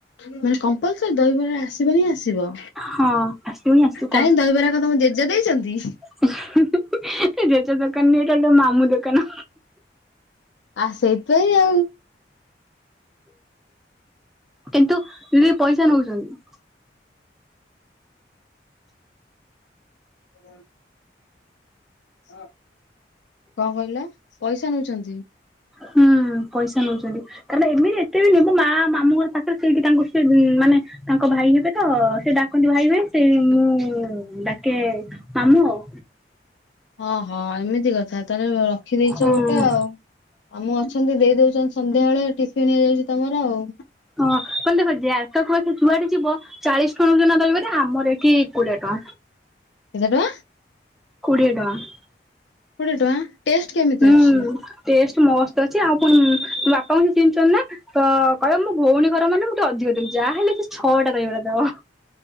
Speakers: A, on the left; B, in the centre.
A: ମାନେ କମ୍ପାଲସରି ଦହିବରେ ଆସିବ ହିଁ ଆସିବ।
B: ହଁ ଆସିବ ହିଁ ଆସିବ
A: କାହିଁ ଦହିବରା କ ତମ ଜେଜେ ଦେଇଛନ୍ତି।
B: ହୁଁ ହୁଁ ହୁଁ ଜେଜ ଦୋକାନ ନୁହେଁ ଏଟା ମାମୁଁ ଦୋକାନ।
A: ଆ ସେଇଥିପାଇଁ ଆଉ।
B: କିନ୍ତୁ ଯଦି ପଇସା ନଉଛନ୍ତି।
A: ହ କଣ କହିଲ ପଇସା ନଉଛନ୍ତି?
B: ହୁଁ ପଇସା ନଉଛନ୍ତି। କାରଣ ଏମିତି ଏତେ ବି ନୁହେଁ ମୋ ମା ମାମୁଁ ଘର ପାଖରେ ସେଇଠି ତାଙ୍କୁ ସେ ମାନେ ତାଙ୍କ ଭାଇ ହେବେ ତ ସେ ଡାକନ୍ତି ଭାଇ ଭାଇ ସେ ମୁଁ ଡାକେ ମାମୁଁ ଆଉ।
A: ଅହଁ ଏମିତି କଥା ତାହେଲେ ରଖିଦେଇଛ
B: ହଁ
A: ଗୋଟେ ଆଉ। ମାମୁଁ ଅଛନ୍ତି ଦେଇ ଦଉଛନ୍ତି ସନ୍ଧ୍ୟାବେଳେ ଟିଫନ୍ ହେଇଯାଉଛି ତମର ଆଉ।
B: ହଁ କ ଦେଖ <unintelligible> ଯୁଆଡେ ଯିବ ଚାଳିସି ଟଙ୍କା ନ ଦହିବରା ଆମର ଏ କି କୋଡିଏ ଟଙ୍କା
A: କେତେ ଟଙ୍କା
B: କୋଡିଏ ଟଙ୍କା।
A: କୋଡିଏ ଟଙ୍କା ଟେଷ୍ଟ କେମିତି
B: ହୁଁ
A: ଅଛି?
B: ଟେଷ୍ଟ ମସ୍ତ ଅଛି ଆଉ ଫୁଣି ମୋ ବାପା କୁ ସେ ଚିହ୍ନି ଛନ୍ତି ନା। ତ କହିବ ମୋ ଭଉଣୀ ଘର ମାନେ ମୁଁ ଟିକେ ଅଧିକ ଦେବି ଯାହାହେଲେ ବି ଛଅଟା ଦହିବରା ଦେବ।